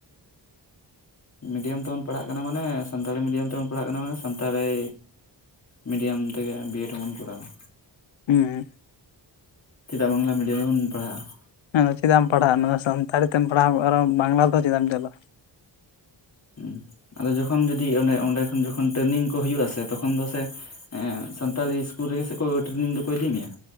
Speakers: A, on the left; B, on the left.
A: ᱢᱤᱰᱤᱭᱟᱢ ᱛᱮᱵᱚᱱ ᱯᱟᱲᱦᱟᱜ ᱠᱟᱱᱟ ᱢᱟᱱᱮ ᱥᱟᱱᱛᱟᱲᱤ ᱢᱤᱰᱤᱭᱟᱢ ᱛᱮᱵᱚᱱ ᱯᱟᱲᱦᱟᱜ ᱠᱟᱱᱟ ᱢᱟᱱᱮ ᱥᱟᱱᱛᱟᱲᱤ ᱢᱤᱰᱤᱭᱟᱢ ᱛᱮᱜᱮ ᱵᱤᱭᱮᱰ ᱦᱚᱸ ᱵᱚᱱ ᱠᱚᱨᱟᱣᱟ
B: ᱦᱩᱸ
A: ᱪᱮᱫᱟᱜ ᱵᱟᱝᱞᱟ ᱢᱤᱰᱤᱭᱟᱢ ᱨᱮᱵᱚᱱ ᱯᱟᱲᱦᱟᱜᱼᱟ
B: ᱦᱮᱸᱫᱚ ᱪᱮᱫᱟᱜ ᱮᱢ ᱯᱟᱲᱦᱟᱜᱼᱟ ᱱᱚᱜ-ᱚᱭ ᱥᱟᱱᱛᱟᱲᱤ ᱛᱮᱢ ᱯᱟᱲᱦᱟᱣᱼᱟ ᱟᱨᱚ ᱵᱟᱝᱞᱟ ᱛᱮ ᱪᱮᱫᱟᱜ ᱮᱢ ᱪᱟᱞᱟᱜᱼᱟ
A: ᱦᱩᱸ ᱟᱫᱚ ᱡᱚᱠᱷᱚᱱ ᱡᱩᱫᱤ ᱚᱸᱰᱮ ᱚᱸᱰᱮ ᱠᱷᱚᱱ ᱡᱚᱠᱷᱚᱱ ᱴᱨᱮᱱᱤᱝ ᱠᱚ ᱦᱩᱭᱩᱜ ᱟᱥᱮ ᱛᱚᱠᱷᱚᱱ ᱫᱚ ᱥᱮ ᱥᱟᱱᱛᱟᱞᱤ ᱤᱥᱠᱩᱞ ᱨᱮᱜᱮ ᱥᱮ ᱠᱚ ᱴᱨᱮᱱᱤᱝ ᱫᱚᱠᱚ ᱤᱫᱤ ᱢᱮᱭᱟ